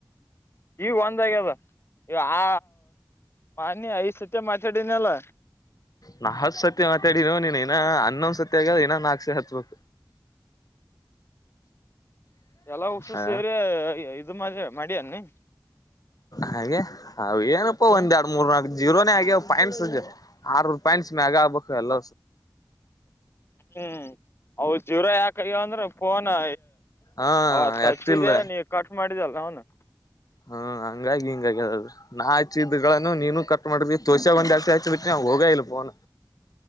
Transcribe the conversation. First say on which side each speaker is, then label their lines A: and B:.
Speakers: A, on the left (about 35°); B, on the left (about 55°).
A: ಈ ಒಂದಗ್ಯದ ಆ ಮಾಾನಿ ಐ ಸತ್ತ ಮಾತಾಡಿನ ಅಲ್ಲ
B: ನಾ ಹತ್ ಸತ್ಯ ಮಾತಾ ನೋ ನೀನ್ ಇನ್ನ ಹನ್ನೊಂದ್ ಸತ್ಯ ಆಗ್ಯದ ಇನ ನಾಕಸೆ ಹತ್ಬಬೇಕು
A: ಎಲ್ಲ ಹಗ್ಸ
B: ಹ
A: ಸೇರಿ ಇದು ಮ ಮಿ ಅನ್ನಿ
B: ಹಾಗೆ ಅ ಏನಪ್ಪ
A: ಹ್ಮ್
B: ಒಂದೆರಡು ಮೂ ಜೀರೋನೇ ಆಗ್ಯ ಪಾಯಿಂಟ್ಸ್ ಆರುೂ ಪಾಯಂಟ್ಸ್ ಮ್ಯಾಗ ಆಗ್ಬೇಕು ಎಲ್ಲ
A: ಹ್ಮ್ ಅವ ಜಿವರ ಯಾಕಯ್ಯೋ ಅಂದ್ರ ಫೋನಾ
B: ಹಾ
A: ಅವತ್
B: ಎತ್ತಿಲ್ಲ
A: ಹಚ್ಚಿದೆ ನೀ ಕಟ್ ಮಾಡಿದಲ್ಲ ಅವನು
B: ಹ್ಮ ಹಂಗಾಗಿ ಹಿಂಗಾಗಿಾದರು ನಾ ಆಚಿದ ಇದ್ಗಳನ್ನುನು ನೀನು ಕಟ್ ಮಾಡಿದ್ವಿ ತೋಸೆ ಬಂದ ಆತಿ ಆಚ ಬಿಿ ನ್ ಹೋಗ ಇಲ್ ಫೋನ್